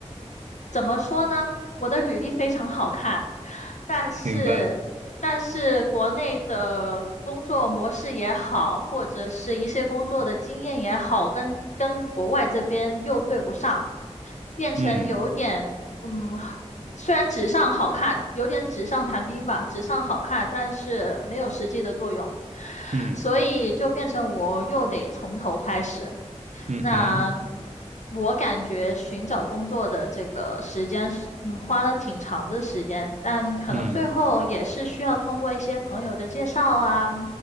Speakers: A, on the left; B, on the right.
A: 怎么说呢？我的履历非常好看，但是但是国内的工作模式也好，
B: 明白，
A: 或者是一些工作的经验也好，跟跟国外这边又对不上，变成有点嗯，
B: 嗯
A: 虽然纸上好看，有点纸上谈兵吧，纸上好看，但是没有实际的作用，
B: 嗯
A: 所以就变成我又得从头开始。
B: 嗯哼，
A: 那我感觉寻找工作的这个时间是，嗯，花了挺长的时间，但可能最后也是需要通过一些朋友的介绍啊，
B: 嗯